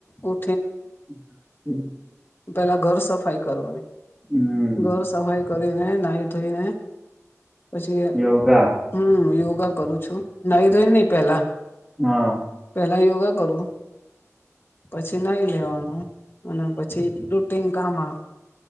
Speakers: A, on the left; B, in the centre.
A: ઉ
B: <inaudible>
A: પેલા ઘર સફાઈ કરવાની
B: હમ
A: ઘર સફાઈ કરીને નાહી થોઈને પછી
B: યોગા
A: હમ યો ગા કરું છું નાઇ ધોઈ ની પેલા
B: હા.
A: પેલા યોગા કરું પછી નાઈ લેવાનું અને પછી રૂટીન કામા